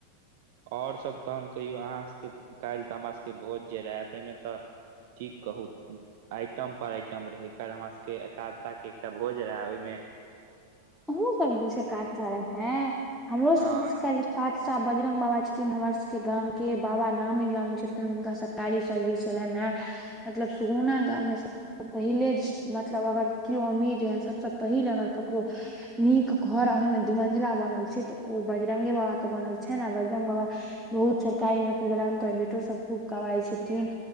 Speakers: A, on the right; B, in the centre.
A: और सभ तखन कहियौ अहाँ सभके काल्हि तऽ हमर सभके भोज जे रहय ताहिमे तऽ की कहू आइटम पर आइटम रहै, काल्हि हमरा सबके एकादश के एकटा भोज रहे ओहिमें
B: तु हो सब दिस से काज केलक हें हमरो सब
A: हँ
B: दिस काज पाँच सा बजरंग बाबा छथिन हमर सबके गाम के, बाबा नामी गामी छलखिन हुनका सब गाड़ी सर्विस छलनि ने मतलब सुगुना गाममे पहिले मतलब अगर केओ अमीर रहै सभसँ पहिल अगर ककरो नीक घर आ ओहि में दुमंजिला बनल छै तऽ ओ बजरंगे बाबा ते बनल छै ने आ बजरंग बाबा बहुत सरकारी नौकरी वला हुनकर बेेटो सब खूब कमाइ छथिन।